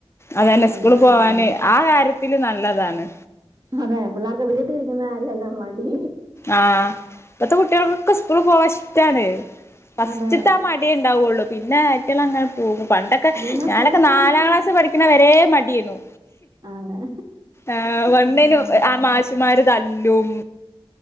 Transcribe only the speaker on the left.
അതന്നെ ഉസ്കൂള്
പോവാന്
ആ കാര്യത്തില് നല്ലതാണ്
ആഹ് ഇപ്പത്തെ കുട്ടികൾക്കൊക്കെ സ്കൂള് പോവാന് ഇഷ്ട്ടാണ് ഫസ്റ്റത്തെ
ആ മടിയേ ഉണ്ടാവുള്ളു പിന്നെ <unintelligible> അങ്ങനെ പോകും. പണ്ടൊക്കെ
ഞാനൊക്കെ
നാലാം
ക്ലാസ്സ് പഠിക്കണ വരെ മടിയാര്ന്നു
ആഹ് വണ്ണിനു
ആഹ് മാശുമ്മാര് തല്ലും